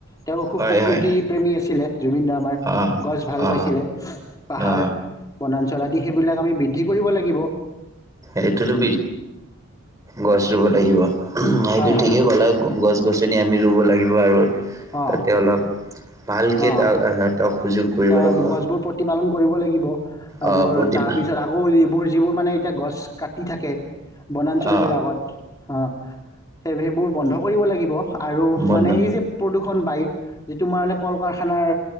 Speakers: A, on the left (about 15°); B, on the right (about 15°).
A: তেওঁ খুব
B: হয়
A: প্ৰকৃতি
B: হয়
A: প্ৰেমী আছিলে। জুবিনদাৰ আমাৰ
B: অ
A: গছ ভাল
B: অ
A: পাইছিলে পাহাৰ
B: অ
A: বনাঞ্চল আদি সেইবিলাক আমি বৃদ্ধি কৰিব লাগিব। থাকিব।
B: এইটো ৰুবি গছ ৰুব লাগিব। সেইটো
A: হয় হয়
B: ঠিকেই ক'ল। গছ গছনি আমি ৰুব লাগিব আৰু
A: অঁ
B: তাতে অলপ । ভালকে
A: অঁ
B: তা এহতক সুযোগ কৰিব
A: গছবোৰ
B: লাগিব।
A: প্ৰতিপালন কৰিব লাগিব। অ
B: আহ
A: বোৰ
B: প্ৰতিভা
A: তাৰ পিছত আকৌ এইবোৰ যিবোৰ মানে এইয়া গছ কাটি থাকে বনাঞ্চলবিলাকত
B: আহ
A: অ সেই সেইবোৰ বন্ধ কৰিব লাগিব আৰু
B: বন্ধ
A: মানে এই যে প্ৰদূষণ বায়ু যিটো মানে কল কাৰখানাৰ